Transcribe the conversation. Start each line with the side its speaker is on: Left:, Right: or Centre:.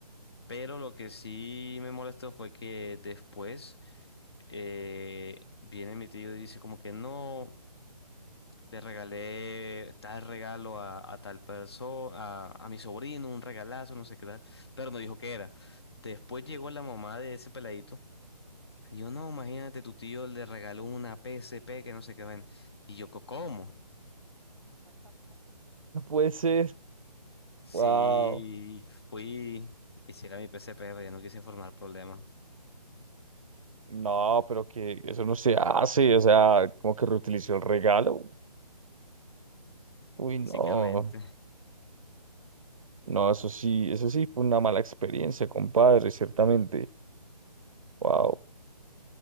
Left: Pero lo que sí me molestó fue que después eh, viene mi tío y dice como que no, le regalé tal regalo a, a tal persona, a, a mi sobrino, un regalazo, no sé qué tal, pero no dijo qué era. Después llegó la mamá de ese peladito. Y yo, no, imagínate, tu tío le regaló una PSP que no sé qué ven. Y yo, "Co- ¿cómo?
Right: no puede ser.
Left: Sí,
Right: Wow.
Left: fui, hiciera mi PSP, pero ya no quise formar problemas,
Right: No, pero que eso no se hace, o sea, como que reutilizó el regalo. Uy, no.
Left: básicamente.
Right: No, eso sí, eso sí fue una mala experiencia, compadre, ciertamente. Wow.